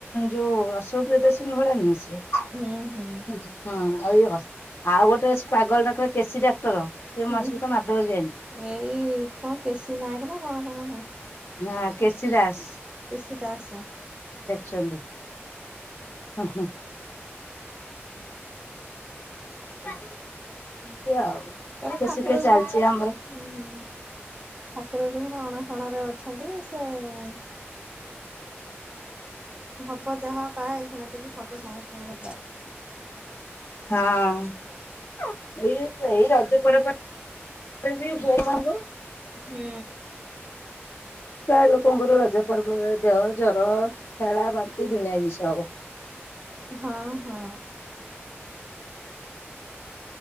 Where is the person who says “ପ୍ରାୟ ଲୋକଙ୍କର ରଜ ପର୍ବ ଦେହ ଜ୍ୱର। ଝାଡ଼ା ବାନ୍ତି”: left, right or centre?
Left